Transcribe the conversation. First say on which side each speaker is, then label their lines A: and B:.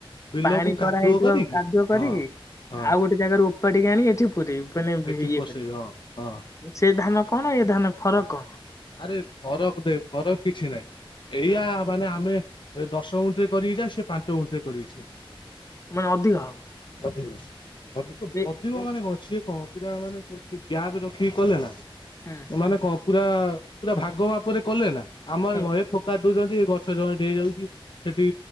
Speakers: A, on the left; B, on the left.
A: ବିଲକୁ
B: ପାଣି
A: କାଦୁଅ
B: କରାହେଇଥିବ
A: କରିକି
B: କାଦୁଅ କରିକି
A: ହଁ ହଁ
B: ଆଉ ଗୋଟେ ଜାଗାରୁ ପଡ଼ିିକାଣି ଏଠି ପୁରେ <unintelligible> ମାନେ
A: ଏଠି
B: ଇଏ
A: ପସେଇବି
B: କରିବେ
A: ହଁ ହଁ
B: ସେ ଧାନ କଣ ଇଏ ଧାନ ଫରକ କଣ?
A: ଆରେ ଫରକ ଦେ ଫରକ କିଛି ନାଇଁ ଏଇଆ
B: ହୁଁ
A: ମାନେ ଆମେ ଏ ଦଶ ଗୁଣ୍ଠ ରେ କରିକି ଯା ସେ ପାଞ୍ଚ ଗୁଣ୍ଠ ରେ କରିକି ସେଇ
B: ମାନେ ଅଧିକ ହବ।
A: <unintelligible> ଅଧିକ
B: ଏ
A: ଅଧିକ ମାନେ କ ସିଏ କଣ ପୁରା ମାନେ କେ ଗ୍ୟାପ୍ ରଖିକି କଲେ ନା
B: ହୁଁ
A: ମାନେ କଣ ପୁରା ପୁରା ଭାଗ ମାପରେ କଲେ ନା ଆମର।
B: ହୁଁ
A: <unintelligible> ଦଉଛନ୍ତି ଏ ଗଛ ଜମଟ ହେଇଯାଉଛି ସେଠି